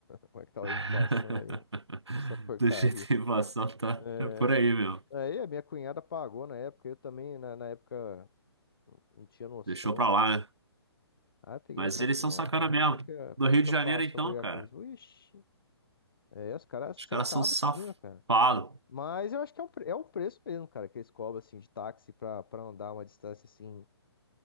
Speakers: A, on the left; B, on the right.
A: Como é que tá
B: <laughs>
A: a inflação aí? <laughs> Essa porcaria.
B: Do jeito que a inflação tá
A: É,
B: é por aí, meu.
A: aí a minha cunhada pagou na época, eu também na, na época não tinha noção.
B: Deixou pra lá, né?
A: Aí eu peguei
B: Mas
A: e falei
B: eles
A: assim,
B: são
A: ah,
B: sacana
A: cara,
B: mesmo.
A: como é que, eu- como
B: No Rio
A: é que
B: de
A: eu
B: Janeiro,
A: faço
B: então,
A: pra brigar
B: cara,
A: com isso? Ixi, é, os caras sentavam
B: os caras são safados.
A: em cima, cara. Mas eu acho que é um, pre- é um preço mesmo, cara, que eles cobram, assim, de táxi pra, pra andar uma distância, assim,